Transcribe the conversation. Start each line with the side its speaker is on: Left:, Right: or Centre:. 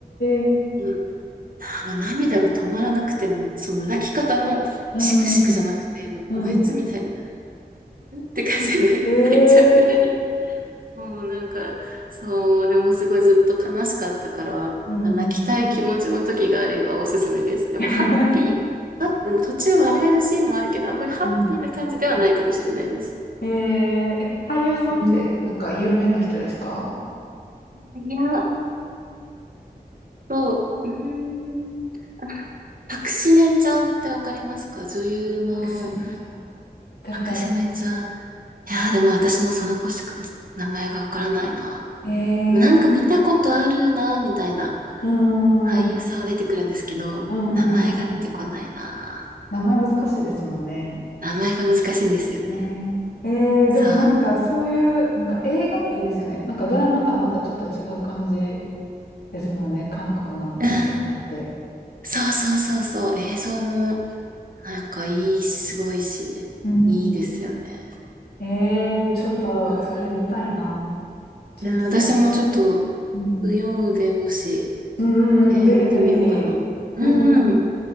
Left: ー。
Right: もう、なんか涙が止まらなくて、もうその泣き方もしくしくじゃなくて、
Left: うん。
Right: もうおえつみたいな
Left: うん。
Right: <laughs> って感じで泣い泣いちゃうぐらい
Left: ええ
Right: もうなんか、そう、でもすごいずっと悲しかったから、
Left: うんうん。
Right: 泣きたい気持ちの時があればおすすめです。でもハッピー、
Left: <laughs>
Right: あ、でも途中笑えるシーンもあるけど、あんまりハッピーな感じではないかもしれないです。
Left: うん。えええ、俳優さんってなんか有名な人ですか
Right: うんいや、そう、うーん、パクシネちゃんってわかりますか女優の
Left: アクシネちゃん。誰だろ
Right: パクシネちゃん。いやー、でも私もその子しか名前がわからないな。
Left: う。
Right: なんか見たことあるな、
Left: ええ
Right: みたいな。
Left: うん、
Right: 俳優さんは出てくるんですけど、
Left: うん、うん、
Right: 名前が出てこないな。
Left: うん。名前難しいですもんね。
Right: 名前が難しいんですよね。
Left: ねえ。ええでもなんかそういう、
Right: そう。
Left: なんか映画っていいですよね。なんかドラマとはまたちょっと違う感じですもんね。韓国の映画って。
Right: <laughs> うんそうそうそうそう。映像も、なんかいいし、すごいしね。
Left: うんうん
Right: いいですよね。
Left: ええちょっとそれ見たいな。
Right: うん。
Left: ちょっと探し、
Right: うん私もちょっと、
Left: うん
Right: 右陽弁護士、
Left: うんうんうん、
Right: えー見てみようかな。
Left: ぜひぜひ。
Right: うんうん。
Left: うん。